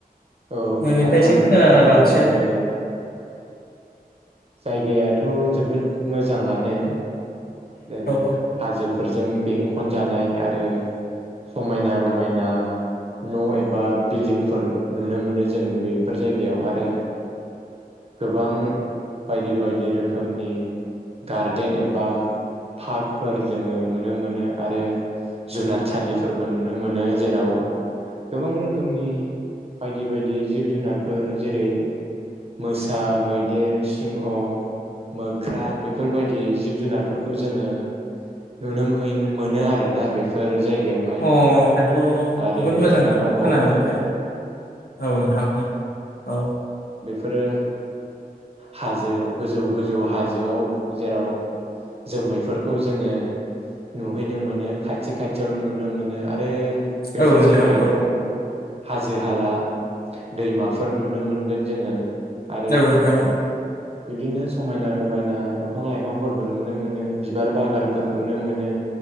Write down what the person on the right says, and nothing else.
औ
नोंथां
आं
खोन्थानाय
बिब्दिब्लालाय।
जायगायाथ' जोबोद मोजाङानो। जेरै
हाजोफोरजों बेंखन जानाय। आरो समायना रमायना न' एबा बिल्डिंफोर नुनो मोनो जों बेफोर जायगायाव आरो गोबां बायदि बायदि रोखोमनि गार्देन एबा पार्कफोर जोङो नुनो मोनो आरो जुनारसालिफोरबो नुनो मोनो जेराव गोबां रोखोमनि बायदि बायदि जिब जुनारफोर जेरै मोसा मैदेर सिंह मोख्रा बेफोरबायदि जिब जुनारफोरखौ खौ जोङो नुनो मोय मोनो आरोना बेफोर जायगायावहाय
आरो
जोंहा
दंबावो
आ‌रो हाजो गोजौ गोजौ हाजोआव जेराव जोमैफोरखौ जोङो नुहैनो मोनो खाथि खाथियावनो नुनो मोनो आरो बेफोर
जायगायाथ'
हाजो हाला दैमाफोर नुनो मोनगोन जोङो। आरो
बिब्दिनो समायना रमायना दंफां लाइफांफोरबो नु नुनो मोनो बिबार बागानफोर नुनो मोनो।